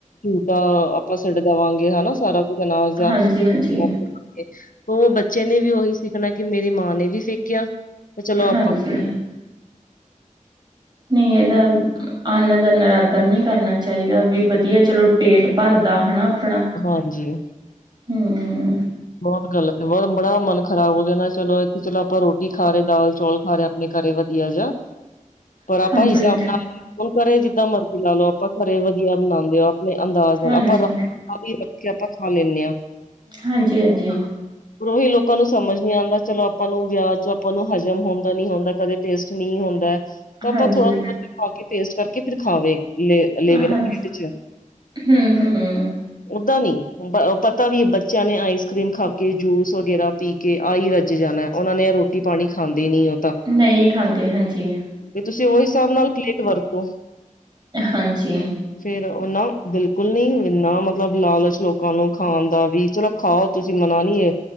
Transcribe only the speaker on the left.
ਝੂਟਾ ਆਪਾਂ ਸਟ ਦਵਾਂਗੇ ਹੈਨਾ ਸਾਰਾ ਅਨਾਜ ਦਾ
<unintelligible> ਓ ਬੱਚੇਆ ਨੇ ਵੀ ਓਹੀ ਸਿੱਖਨਾ ਕਿ ਮੇਰੀ ਮਾਂ ਨੇ ਵੀ ਫੇਕੇਆ ਤੇ ਚਲੋ ਆਪਾਂ
ਹਾਂਜੀ।
ਬਹੁਤ ਗਲਤ ਏ ਬਹੁਤ ਬੜਾ ਮਨ ਖਰਾਬ ਹੋ ਗਿਆ ਨਾ ਚਲੋ ਇੱਥੇ ਚਲੋ ਆਪਾਂ ਰੋਟੀ ਖਾ ਰਹੇ ਦਾਲ ਚੌਲ ਖਾ ਰਹੇ ਆਪਾਂ ਇਹ ਘਰ ਏ ਵਧੀਆ ਜਾ। ਪਰ
ਆਪਾਂ ਹਿਸਾਬ
ਨਾਲ ਹੁਣ ਘਰੇ ਜਿੱਦਾਂ ਮਰਜ਼ੀ ਲਾ ਲਓ ਆਪਾਂ ਘਰੇ ਵਧੀਆ ਬਣਾਉਂਦੇ ਆ। ਆਪਣੇ ਅੰਦਾਜ਼ ਨਾਲ
ਆਪਾਂ ਰੱਖ <inaudible> ਵੀ ਰੱਖ ਕੇ ਆਪਾਂ ਖਾ ਲੈਂਨੇ ਆਂ।
ਓਹੀ ਲੋਕਾਂ ਨੂੰ ਸਮਝ ਨੀ ਆਂਦਾ ਚਲੋ ਆਪਾਂ ਨੂੰ ਵਿਆਹ ਚ ਆਪਾਂ ਨੂੰ ਹਜ਼ਮ ਹੁੰਦਾ ਨੀ ਹੁੰਦਾ ਕਦੇ ਟੇਸਟ ਨਹੀਂ ਹੁੰਦੈ, ਤਾਂ ਆਪਾਂ
ਥੋੜਾ ਥੋੜ੍ਹਾ ਜਿਹਾ ਖਾ ਕੇ ਟੇਸਟ ਕਰਕੇ ਫਿਰ ਖਾਵੇ ਲੇ ਲੇਵੇ
ਨਾ ਪੇਟ ਚ <unintelligible>
ਓਦਾਂ ਨੀ, ਪਤਾ ਵੀ ਬੱਚੇ ਬੱਚਿਆਂ ਨੇ ਆਈਸ ਕਰ੍ਰੀਮ ਖਾ ਕੇ, ਜੂਸ ਵਗੈਰਾ ਪੀ ਕੇ, ਆ ਹੀ ਰੱਜ ਜਾਨੈ ਉਹਨਾਂ ਨੇ ਰੋਟੀ ਪਾਣੀ ਖਾਂਦੇ ਨੀ ਉਹ ਹਾਂ
ਤੇ, ਤੁਸੀਂ ਉਹ ਹਿਸਾਬ ਨਾਲ ਪਲੇਟ ਵਰਤੋ।
ਫੇਰ ਓ ਨਾ, ਬਿਲਕੁਲ ਨੀ ਇੰਨਾ ਮਤਲਬ ਲਾਲਚ ਲੋਕਾਂ ਨੂੰ ਖਾਨ ਦਾ ਵੀ ਚਲੋ ਖਾਓ ਤੁਸੀਂ ਮਨਾ ਨਹੀਂ ਏ,